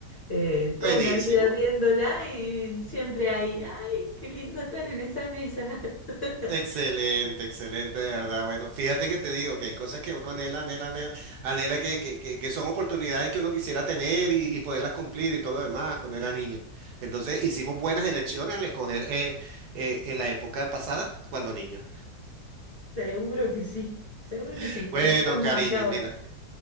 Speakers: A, on the left (about 45°); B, on the right (about 70°).
A: eh,
B: Buenísimo.
A: toda una vida viéndola y siempre hay, ay, qué lindo estar en esa mesa. <laughs>
B: Excelente, excelente, de verdad. Bueno, fíjate que te digo que hay cosas que uno anhela, anhela, anhela, anhela que, que, que, que son oportunidades que uno quisiera tener y, y poderlas cumplir y todo lo demás cuando era niño. Entonces hicimos buenas elecciones al escoger eh, eh, en la época pasada cuando niño.
A: Seguro que sí, seguro
B: <laughs>
A: que sí, por
B: Bueno,
A: eso estamos
B: cariño,
A: acá hoy,
B: mira,